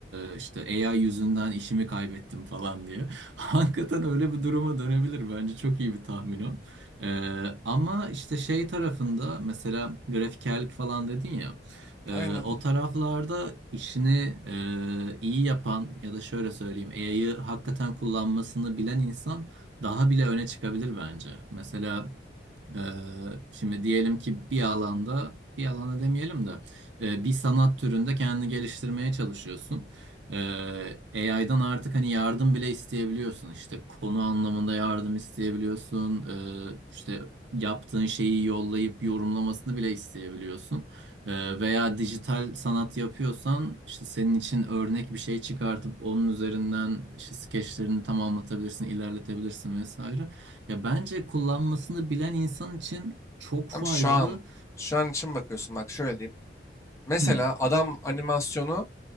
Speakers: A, on the right; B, on the left.
A: Ee, işte AI yüzünden işimi kaybettim falan diye. <laughs> Hakikaten öyle bir duruma dönebilir. Bence çok iyi bir tahmin o. Ee, ama işte şey tarafında mesela grafikerlik falan dedin ya. Ee,
B: Aynen.
A: o taraflarda işini e, iyi yapan ya da şöyle söyleyeyim AI'yı hakikaten kullanmasını bilen insan daha bile öne çıkabilir bence. Mesela ee, şimdi diyelim ki bir alanda, bir alana demeyelim de e, bir sanat türünde kendini geliştirmeye çalışıyorsun. Ee, AI'dan artık hani yardım bile isteyebiliyorsun. İşte konu anlamında yardım isteyebiliyorsun. Ee, işte yaptığın şeyi yollayıp yorumlamasını bile isteyebiliyorsun. Ee, veya dijital sanat yapıyorsan işte senin için örnek bir şey çıkartıp onun üzerinden işte skeçlerini tamamlatabilirsin, ilerletebilirsin vesaire. Ya bence kullanmasını bilen insan için çok
B: Ama
A: faydalı.
B: şu an, şu an için bakıyorsun bak şöyle diyeyim. Mesela
A: Hmm,
B: adam animasyonu